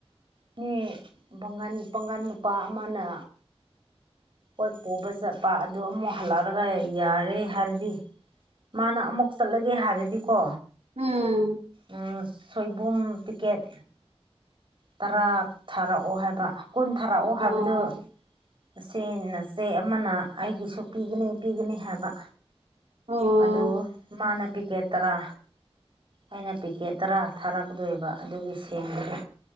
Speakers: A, on the right; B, on the right.
A: ꯃꯤ ꯕꯥꯡꯒꯟ ꯄꯥꯒꯟ ꯅꯨꯄꯥ ꯑꯃꯅ ꯄꯣꯠ ꯄꯨꯕ ꯆꯠꯄ ꯑꯗꯨ ꯑꯃꯨꯛ ꯍꯜꯂꯛꯑꯒꯥ ꯌꯥꯔꯦ ꯍꯥꯏꯔꯗꯤ ꯃꯥꯅ ꯑꯃꯨꯛ ꯆꯠꯂꯒꯦ ꯍꯥꯏꯔꯗꯤꯀꯣ
B: ꯍꯝ
A: ꯎꯝ ꯁꯣꯏꯕꯨꯝ ꯄꯤꯀꯦꯠ ꯇꯔꯥ ꯊꯥꯔꯛꯑꯣ ꯍꯥꯏꯕ ꯀꯨꯟ ꯊꯥꯔꯛꯑꯣ
B: ꯑꯣ
A: ꯍꯥꯏꯕꯗꯨ ꯑꯁꯤ ꯅꯥꯆꯦ ꯑꯃꯅ ꯑꯩꯒꯤꯁꯨ ꯄꯤꯒꯥꯅꯤ ꯄꯤꯒꯥꯅꯤ ꯍꯥꯏꯕ
B: ꯑꯣ
A: ꯑꯗꯣ ꯃꯥꯅ ꯄꯤꯀꯦꯠ ꯇꯔꯥ ꯑꯩꯅ ꯄꯤꯀꯦꯠ ꯇꯔꯥ ꯊꯥꯔꯛꯀꯥꯗꯣꯏꯕ ꯑꯗꯨꯒꯤ ꯁꯦꯡꯕꯅꯤ